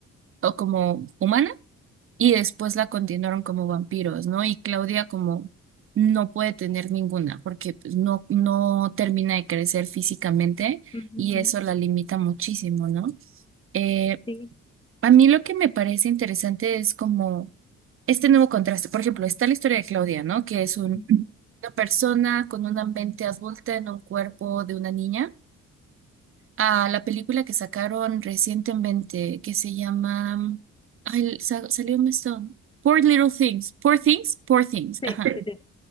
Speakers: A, on the right; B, on the left.
A: o como humana y después la continuaron como vampiros, ¿no? Y Claudia como no puede tener ninguna porque pues, no, no termina de crecer físicamente
B: Ujú,
A: y
B: ujú,
A: eso la limita muchísimo, ¿no? Eh,
B: Sí,
A: a mí lo que me parece interesante es como este nuevo contraste. Por ejemplo, está la historia de Claudia, ¿no? Que es un-
B: ujú.
A: una persona con una mente adulta en un cuerpo de una niña a la película que sacaron recientemente que se llama... Ay, sa- salió un esto Poor Little Things. Poor Things, Poor Things.
B: Sí,
A: Ajá
B: sí, sí.